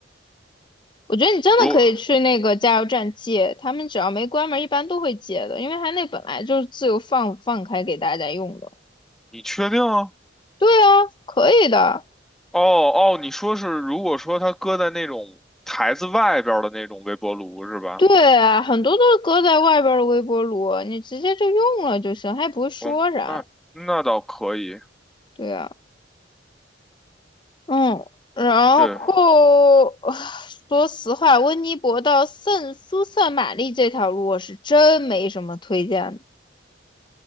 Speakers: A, on the left; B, in the centre.
A: 我觉得你真的可以去那个加油站借，
B: 如果
A: 他们只要没关门，一般都会借的，因为他那本来就是自由放放开给大家用的。
B: 你确定啊？
A: 对啊，可以的。
B: 哦哦，你说是如果说它搁在那种台子外边儿的那种微波炉是吧？
A: 对啊，很多都是搁在外边儿的微波炉，你直接就用了就行，他也不会说啥。
B: 嗯，那那倒可以。
A: 对啊，嗯，然后
B: 对，
A: <sighs> 说实话，温尼伯到圣苏塞玛丽这条路我是真没什么推荐的